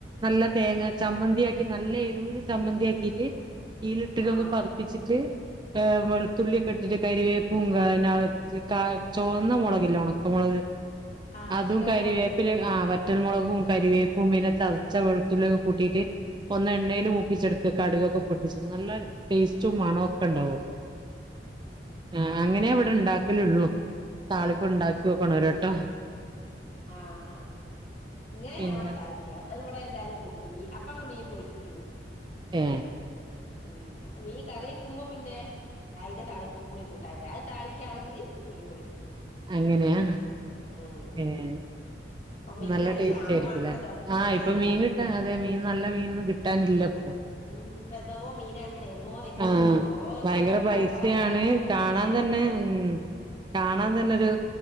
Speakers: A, on the right; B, on the left.
A: നല്ല തേങ്ങ ചമ്മന്തിയാക്കി നല്ല എരുവൽ ചമ്മന്തിയാക്കിട്ട് ഈലിട്ടിലൊന്ന്
B: ആഹ്
A: പുപ്പിച്ചിട്ട് വെളുത്തുള്ളിയൊക്കെ ഇട്ടിട്ട് കരുവേ പൂങ്ക നകത്ത് ചോന്ന മുളകില്ല ഉണക്ക മുുളക്
B: ആഹ്
A: അതും
B: വറ്റൽ
A: കറിവേപ്പില
B: മുളക്
A: ആ വറ്റൽമുളകും കരിവേപ്പും പിന്നെ ചർച്ച വെുത്തുള്ളൊക്കെ കൂട്ടീട്ട് ഒന്ന എണ്ണയിൽ മൂപ്പിച്ചെടുക്ക കടുകൊക്കെ പൊട്ടിച്ചിട്ട് നല്ല ടേസ്റ്റും മണൊക്കെ ഉണ്ടാവും അപ്പൊ ആ അങ്ങനെ അവിടെ ഉണ്ടാക്കലേള്ളൂ താളിപ്പ ഉണ്ടാക്കി വോക്കണ ഒരട്ടോ
B: ആ് ആ് ഇങ്ങനെ
A: പിന്നെ
B: ഞാൻ ഇവിടെ തളിക്ക അ ഇവിടെ എല്ലാരും കൂട്ടുംീ അപ്പ മീൻ പൊരിക്കോ
A: ഏ
B: ഉം മീൻ കറി വക്കുമ്പോ പിന്നെ അതിന്റെ താളിപ്പും കൂടി കൂട്ടായില്ല അത് താളിക്കാണെങ്കില് മീൻ പൊഴരിക്കുവോ
A: അങ്ങനെയാ
B: ഉം
A: ഏഹ്
B: ഇപ്പൊ മീനല്ല
A: നല്ല ടേസ്റ്റ്
B: ക്ഷാമ
A: ആയിരിക്കുംല്ലേ
B: ആണല്ലോ കിട്ടാന്
A: ആഹ് ഇപ്പൊ മീൻ കിട്ടാ അതെ മീൻ നല്ല മീനൊന്നും കിട്ടാനില്ല ഇപ്പൊ
B: ഉം ഇപ്പൊ എതോ മീനാണ് എഴുുന്നോ വരുന്ന
A: ആഹ്
B: മീൻ എത്രോ ദിവസം
A: ഭയങ്കര
B: ജാപവാന്റെ
A: പൈസയാണ്
B: കാലത്തൊക്കെ മരിച്ച
A: കാണാൻ തന്നെ
B: മീനാ
A: ഉ കാണാൻ തന്നെ ഒരു